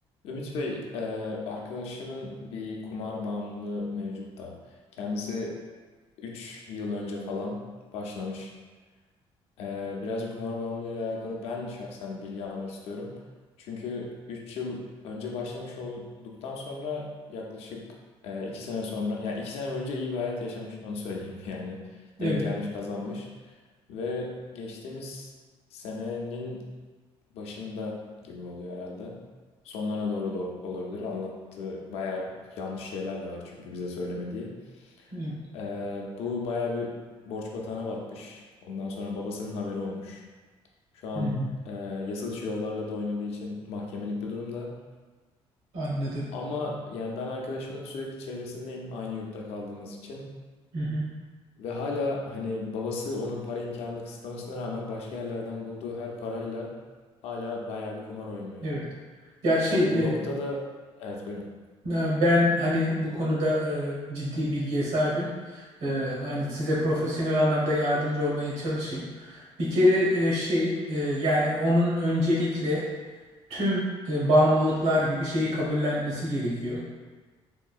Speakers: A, on the left; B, on the right.
A: Ümit Bey, e, arkadaşımın bir kumar bağımlılığı mevcut da. Kendisi 3 yıl önce falan başlamış. E, birazcık kumar bağımlılığıyla alakalı ben şahsen bilgi almak istiyorum. Çünkü 3 yıl önce başlamış olduktan sonra yaklaşık e, 2 sene sonra, yani 2 sene boyunca iyi bir hayat yaşamış, onu söyleyeyim <laughs> yani.
B: Evet.
A: Denk gelmiş, kazanmış. Ve geçtiğimiz senenin başında gibi oluyor herhalde. Sonlarına doğru da olabilir. Anlattığı bayağı yanlış şeyler de var çünkü bize söylemediği.
B: evet.
A: Ee, bu bayağı bir borç batağına batmış. Ondan sonra babasının haberi olmuş. Şu an
B: Hı hı.
A: e, yasa dışı yollarla da oynadığı için mahkemelik bir durumda.
B: Anladım.
A: Ama yani ben arkadaşımın sürekli çevresindeyim aynı yurtta kaldığımız için.
B: Hı hı.
A: Ve hala hani babası onun para imkanını kısıtlamasına rağmen başka yerlerden bulduğu her parayla hala bayağı bir kumar oynuyor.
B: Evet. Ya şey
A: Yani bu noktada
B: e,
A: evet buyurun.
B: e, ben hani bu konuda e, ciddi bilgiye sahibim. E, hani size profesyonel anlamda yardımcı olmaya çalışayım. Bir kere e, şey e, yani onun öncelikle tüm e, bağımlılıklar gibi şeyi kabullenmesi gerekiyor.